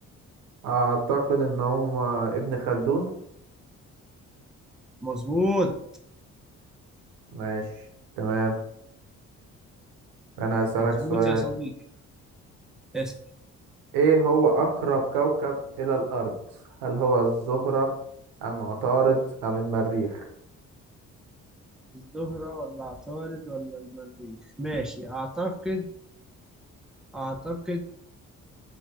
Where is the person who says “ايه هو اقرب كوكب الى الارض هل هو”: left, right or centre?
Right